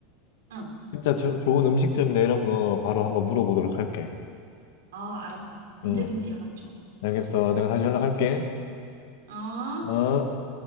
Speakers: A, on the right; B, on the left.
A: 응.
B: 진짜 저- 좋은 음식점이나 이런 거 바로 한번 물어보도록 할게.
A: 어, 알았어. 언제든지
B: 음,
A: 연락 줘.
B: 알겠어. 내가 다시 연락할게.
A: 어?
B: 어?